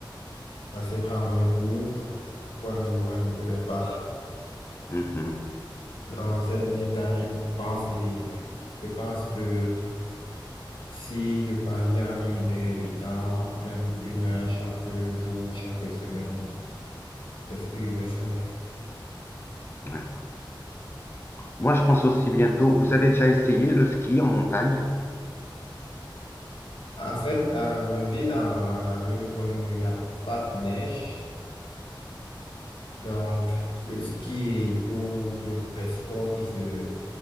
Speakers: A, on the left (about 80°); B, on the left (about 25°).
A: assez prendre un cours pour améliorer un peu mes parts.
B: Mhm,
A: Dans ces derniers temps, j'y pense et je pense que si je parviens à me libérer du temps, même une heure chaque jour, chaque semaine, c'est ce que je vais faire.
B: ouais. Moi, je pense aussi bientôt. Vous avez déjà essayé le ski en montagne?
A: En fait, euh, je vis dans, dans une zone où il n'y a pas de neige, donc le ski et tous tous les sports qui se,